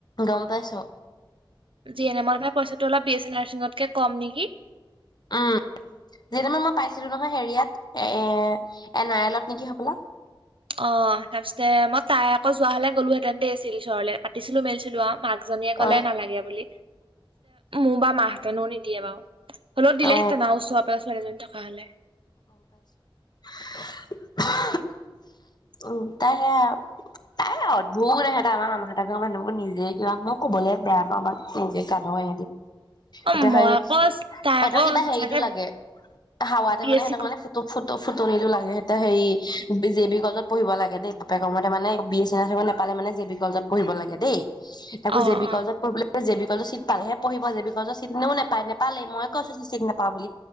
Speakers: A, on the left; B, on the right.
A: গম পাইছো
B: যিয়নে মই পৰাায় পইচা তটো অলপ বি এছ চি নাৰছিঙতকে কম নেকি
A: উম যিদিনা মই পাইছিলো নহয় হেৰিয়াত এ এ নাৰলত নেকি হবলা
B: অ তাৰপিছতে মই তাই আকৌ যোৱা হলে গ'লোহেতেনতে আছিল ওচৰলে পাতিছিলো মেলিছিলো অ মাক একজনীয়ে ক'লে
A: অ
B: নালাগে বুলি মোৰ বা মাহঁতেনো নিদিয়ে বাৰু হলত দিলেঁতে
A: অ
B: ন ওোৱা থকা হলে
A: হয় উ তাইে তাই অদ্ভুত আহে তাই আমাৰ মামহতে ঘৰ মানুহবোৰ নিজে কিবা মই কবলৈ বেয়া পাওঁ আমাক নিজে কানো আহে
B: অ
A: এতিয়া
B: মই
A: হয়েই
B: আকৌ তাই
A: পেটৰ
B: আকৌ
A: কিবা
B: সঁচাকে
A: হেৰিতটো লাগে হাৱাতে
B: বি
A: মানে
B: এছ
A: সিহঁতক
B: চি
A: মানে ফুটো ফুট ফুটনিো লাগে সতে হে বি জে বি গজত পঢ়িবাগ দেই বাপেকৰ মতে মানে বি এ এ নাপালে মানে জে বি কলেজতঢ়িব লাগে দেই তাকো
B: অ
A: জেৱিকজত
B: অ
A: পঢ় যে জেবিিকজ চিট পালেঢ়িব জেবিিকজ চিট ননেও নাপায় নাল মইয় কৈছো যে চট নাপা বুলি